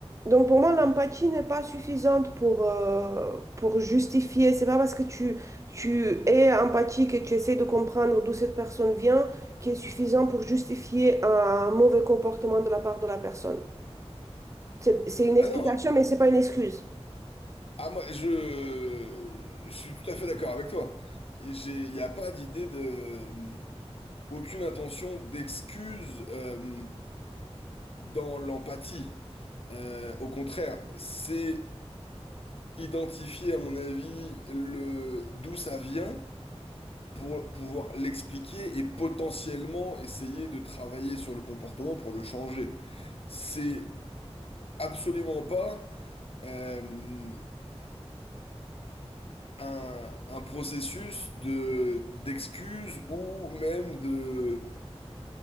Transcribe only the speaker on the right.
Donc pour moi, l'empathie n'est pas suffisante pour, euh, pour justifier. C'est pas parce que tu, tu es empathique et tu essaies de comprendre d'où cette personne vient qui est suffisant pour justifier un mauvais comportement de la part de la personne. C'est, c'est une explication,
mais c'est pas une excuse.